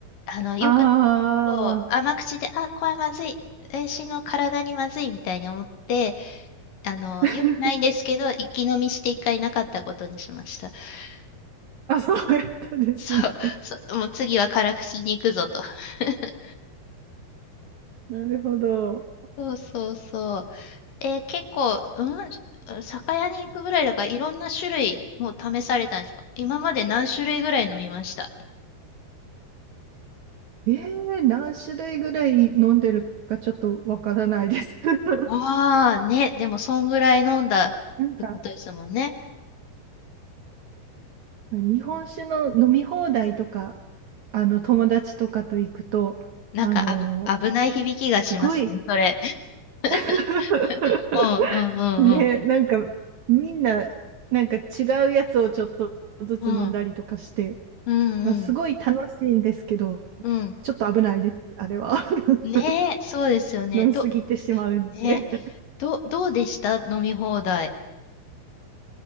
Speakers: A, on the left; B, on the right.
A: あの、よく、
B: あ
A: そう甘口で、あ、これはまずい。私の体にまずいみたいに思って、あの、
B: あ、<laughs>
A: よくないんですけど、一気飲みして一回なかったことにしました。<laughs>
B: あ、そうやったですね。
A: そう、そう、もう次は辛口に行くぞと。<laughs>
B: なるほど。
A: そうそうそう。えー結構、うん、酒屋に行くぐらいだから、いろんな種類もう試されたんですか今まで何種類ぐらい飲みました
B: ええ何種類ぐらい飲んでるかちょっとわからないです。<laughs>
A: ああね、でもそんぐらい飲んだってことですもんね。
B: なんか、日本酒の飲み放題とか、あの、友達とかと行くと、
A: なんかあぶ、
B: あの、
A: 危ない響きがしますね、
B: すごい
A: それ。<laughs>
B: <laughs>
A: うんうんうん
B: ね、なんか、みんな、なんか違うやつをちょっとずつ飲んだりとかして、
A: うん。うんうんうん。
B: まあ、すごい楽しいんですけど、
A: うん。
B: ちょっと危ないです、あれは。<laughs>
A: ねえ、そうですよね。
B: 飲みすぎてしまうんで。
A: ど、ね、ど、どうでした飲み放題。